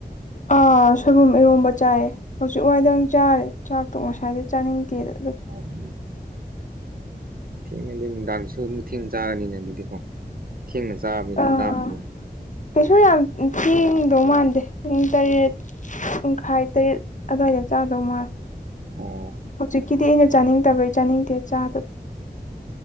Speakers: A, on the left; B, on the right.
A: ꯑꯥ ꯁꯣꯏꯕꯨꯝ ꯏꯔꯣꯝꯕ ꯆꯥꯏꯌꯦ ꯍꯧꯖꯤꯛ ꯋꯥꯏꯗꯪ ꯆꯥꯔꯦ ꯆꯥꯛꯇꯣ ꯉꯁꯥꯏꯗꯤ ꯆꯥꯅꯤꯡꯗꯦꯅ
B: ꯎꯝ ꯊꯦꯡꯉꯗꯤꯅꯨꯡꯗꯥꯡꯁꯨ ꯑꯃꯨꯛ ꯊꯦꯡꯅ ꯆꯥꯔꯅꯤꯅꯦ ꯑꯗꯨꯗꯤꯀꯣ ꯊꯦꯡꯅ ꯆꯥꯔꯕꯅꯤꯅ
A: ꯑꯥ
B: <unintelligible>
A: ꯀꯩꯁꯨ ꯌꯥꯝ ꯊꯦꯡꯗꯧ ꯃꯥꯟꯗꯦ ꯄꯨꯡ ꯇꯔꯦꯠ ꯄꯨꯡꯈꯥꯏ ꯇꯔꯦꯠ ꯑꯗꯨꯋꯥꯏꯗ ꯆꯥꯗꯧ ꯃꯥꯜꯂꯦ
B: ꯑꯣ
A: ꯍꯧꯖꯤꯛꯀꯤꯗꯤ ꯑꯩꯅ ꯆꯥꯅꯤꯡꯗꯕꯩ ꯆꯥꯅꯤꯡꯗꯦ ꯆꯥꯗꯕ